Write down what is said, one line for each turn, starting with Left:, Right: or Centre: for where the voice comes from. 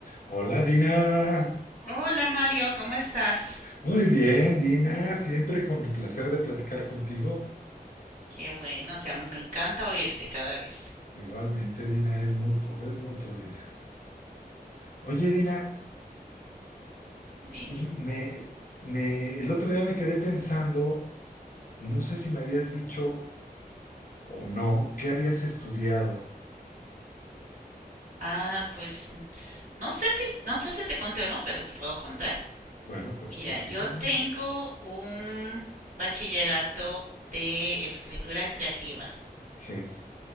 Left: Hola Dina,
Right: Hola Mario, ¿cómo estás?
Left: muy bien Dina, siempre con el placer de platicar contigo.
Right: Qué bueno, o sea, a mí me encanta oírte cada vez.
Left: Igualmente Dina, es mutuo, es mutuo Dina. Oye Dina,
Right: Dime.
Left: me, me, el otro día me quedé pensando, no sé si me habías dicho o no, ¿qué habías estudiado?
Right: Ah, pues no sé si, no sé si te conté o no, pero te puedo contar.
Left: Bueno, pues
Right: Mira,
Left: platícame.
Right: yo tengo un bachillerato de escritura creativa.
Left: Sí,